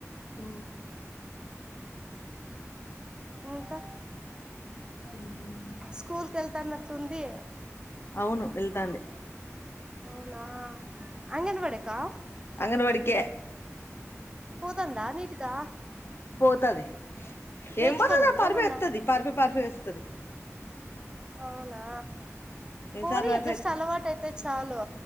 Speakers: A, on the left (about 45°); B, on the right (about 15°).
A: ఊ
B: ఇంకా
A: ఉ
B: స్కూల్ కెళ్తాన్నట్లుంది
A: అవును వెళ్తాంది
B: అవునా అంగన్వాడి కా
A: అంగన్వాడికే
B: పోదందా నీటిదా
A: పోతది
B: నేర్చుకోనిందా
A: ఏం పోతది పరిపేస్తది
B: ఏమన్నా
A: పరిఫే పరిఫే వేస్తది
B: అవునా
A: ఎన్ని
B: పోనీలే
A: సార్లు అై
B: జస్ట్ అలవాటు అయితే చాలు